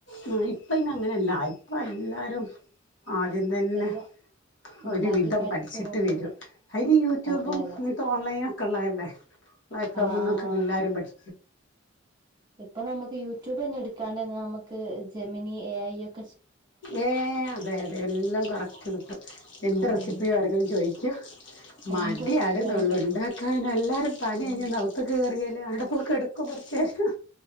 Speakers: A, on the left (about 65°); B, on the right (about 20°).
A: ആഹ് ഇപ്പയ്നങ്ങനല്ലാ ഇപ്പെല്ലാരും ആദ്യംതന്നെ
B: എല്ലാം ഉണ്ടാക്കി
A: ഒരുവിധം
B: പഠിച്ചു
A: പഠിച്ചിട്ട്
B: നോക്കണ്ട്
A: വരും. അയ്ന് യൂറ്റൂബും
B: അതെ അതെ
A: ഇങ്ങനത്തെ ഓൺലൈനൊക്കെള്ളല്ലേ <unintelligible>
B: ആഹ്
A: മ്മന്നൊക്കെല്ലാരും പഠി
B: ഇപ്പൊ നമുക്ക് യൂറ്റൂബന്നെട്ക്കാണ്ടെന്നെനമുക്ക് ജെമനി, എ ഐ ഒക്
A: ഏയ് അതെയതെ എല്ലാം കറക്ക്റ്റ്കിട്ടും. എന്റെ റെസിപ്പിയെവ്ടെങ്കിലും
B: ഉം
A: ചോദിക്കും മടിയാണ്ന്നൊള്ളു
B: എന്ത് റെസിപ്പിയാണ്
A: ഇണ്ടാക്കാന്ല്ലാരും പണികയിഞൊന്ന്
B: ചോയി
A: അവ്ത്ക്കേറിയാല് അവ്ടെപോയ്‌കെട് <unintelligible> കൊറച്ചേരം.